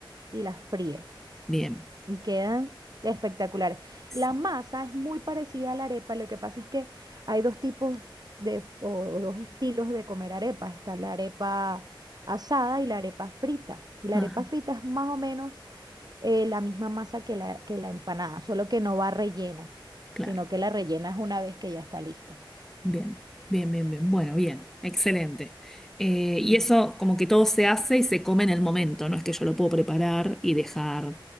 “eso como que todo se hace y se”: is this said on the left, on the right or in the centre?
Centre